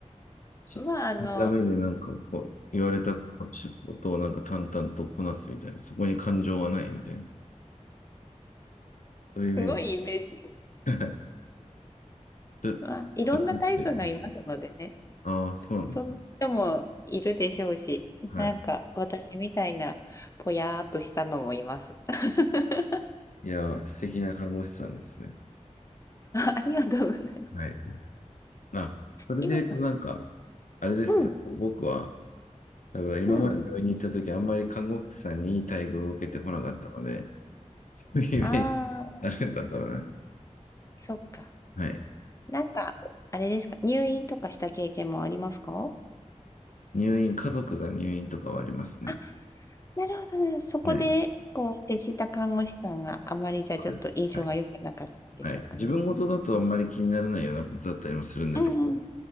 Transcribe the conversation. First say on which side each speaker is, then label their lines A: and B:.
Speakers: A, on the left; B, on the left.
A: し、
B: まあ、あの、
A: ダメでなんかこう、言われたことをなんか淡々とこなすみたいな、そこに感情はないみたいな、そういうイメージ。
B: すごいイメージ。
A: <laughs> ちょっと、
B: まあ、いろんなタイプがいますのでね。
A: 偏ってるねああ、そうなんですね。
B: そんな人もいるでしょうし、
A: はい。
B: なんか私みたいなぽやーっとしたのもいます。<laughs>
A: いや、素敵な看護師さんですね。
B: ありがとうございます。
A: はい。あ、それで言うとなんか、
B: 今、
A: あれですよ。
B: うん、
A: 僕は、多分今まで病院に行った時、
B: うん。
A: あんまり看護師さんにいい待遇を受けてこなかったので、そういうイメージ
B: ああ、
A: あるんだったらね。
B: そっか。
A: はい。
B: なんか、あれですか、入院とかした経験もありますか
A: 入院、家族が入院とかはありますね。
B: あ、なるほど、なるほど。そこで、
A: はい。
B: こう、接した看護師さんがあまりじゃちょっと印象が良くなかったんでしょうかね。
A: そうです。はい。はい。自分事だとあんまり気にならないようなことだったりもするんですけど、
B: うんうん、